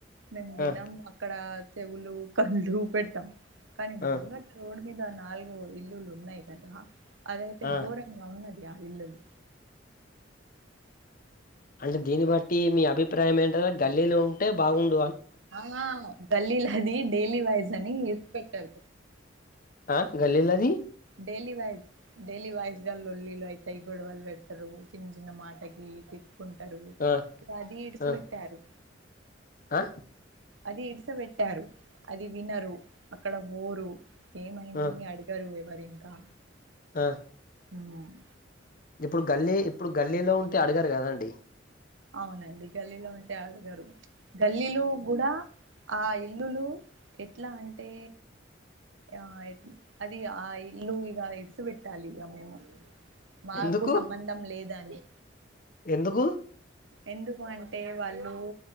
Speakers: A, on the right; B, on the left.
A: మేము విన్నాం
B: ఆ
A: అక్కడ చెవులు కళ్ళు పెట్టాం కానీ ముగ్గత
B: ఆ
A: రోడ్ అయితే మీద నాలుగు ఇల్లులు ఉన్నాయి కదా అదయితే
B: ఆ
A: ఘోరంగా ఉన్నది ఆ ఇల్లులు
B: అంటే దీన్ని బట్టి మీ అభిప్రాయం ఏంటా గల్లీలో ఉంటే బాగుంట
A: ఆహా గల్లీలది డైలీ వైస్ అని ఇది పెట్టారు
B: ఆహ్ గల్లీలాది
A: డైలీ వైజ్ డైలీ వైజ్ గా లొల్లిలు అయితాయి గొడవలు పెడతారు చిన్న చిన్న మాటకి తి కుంటారు
B: ఆ
A: ఇ అది ఇడిసి
B: ఆ
A: పెట్టారు
B: ఆ
A: అది ఇడిసిబేట్టారు అది వినరు అక్కడ బోరు ఏమైందని
B: ఆ
A: అడిగరు ఎవరు ఇంకా
B: ఆ
A: ఆహ్
B: ఇప్పుడు గల్లీ ఇప్పుడు గల్లీలో ఉంటే అడిగారు కదా అండి
A: అవునండి గల్లీలో ఉంటే అడగరు గల్లీలో కూడా ఆ ఇల్లులు ఎట్లా అంటే ఆ అది ఆ ఇల్లు ఇగ ఇడిసి వెట్టాలి ఇగ మేము మాకు
B: ఎందుకు
A: సంబంధం లేద అని
B: ఎందుకు
A: ఎందుకు అంటే వాళ్ళు